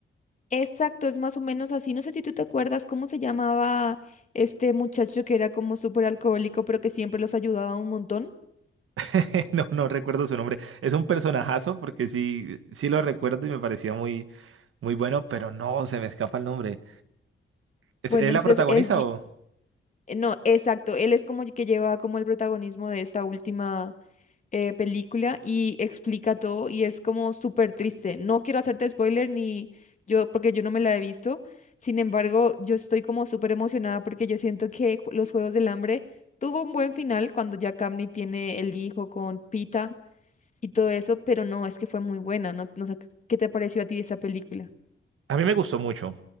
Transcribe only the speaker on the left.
Exacto, es más o menos así. No sé si tú te acuerdas cómo se llamaba este muchacho que era como súper alcohólico, pero que siempre los ayudaba un montón.
Bueno,
entonces
el
Eh, No, exacto. Él es como que lleva como el protagonismo de esta última eh, película y explica todo y es como súper triste. No quiero hacerte spoiler ni yo, porque yo no me la he visto. Sin embargo, yo estoy como súper emocionada porque yo siento que ju- Los Juegos del Hambre tuvo un buen final cuando ya Camney tiene el hijo con Pita y todo eso, pero no, es que fue muy buena, ¿no? No sé, ¿qué te pareció a ti esa película?